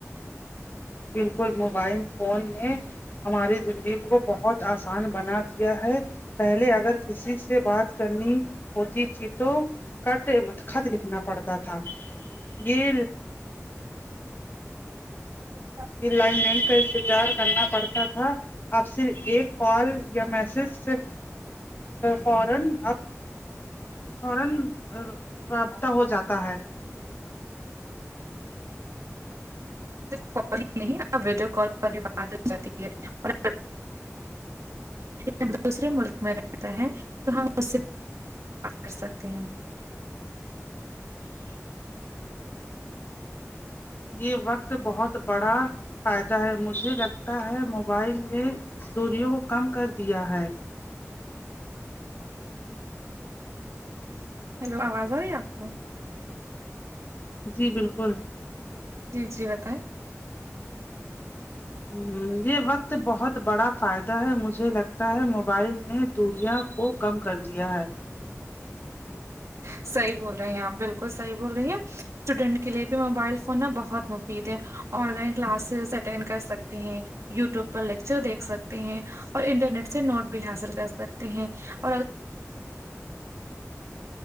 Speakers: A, on the left; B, on the right.
A: بالکل موبائل فون نے ہماری زندگی کو بہت آسان بنا دیا ہے پہلے اگر کسی سے بات کرنی ہوتی تھی تو کٹ م خط لکھنا پڑتا تھا یہ
B: اچا
A: لائن مین کا انتظار کرنا پڑتا تھا آپ صرف ایک کال یا میسج سے فارن آ فورن رابطہ ہو جاتا ہے
B: کال ہی نہیں ویڈیو کال پر بھی بات ہو جاتی ہے اور جب دوسرے ملک میں رہتا ہے تو ہم اس سے پ کر سکتے ہیں
A: یہ وقت بہت بڑا فائدہ ہے مجھے لگتا ہے موبائل میں دوریوں کو کم کر دیا ہے
B: ہیلو آواز آ رہی ہے آپ کو
A: جی بالکل
B: جی جی بتائیں
A: ہ یہ وقت بہت بڑا فائدہ ہے مجھے لگتا ہے موبائل نے دوریا کو کم
B: <inaudible>
A: کر دیا ہے
B: صحیح بول رہے ہیں آپ بالکل صحیح بول رہی ہیں اسٹوڈینٹ کے لیے بھی موبائل فون نا بہت مفید ہے آن لائن کلاسز اٹینڈ کر سکتے ہیں یوٹیوب پر لیکچر دیکھ سکتے ہیں اور انٹرنیٹ سے نوٹ بھی حاصل کر سکتے ہیں <inaudible>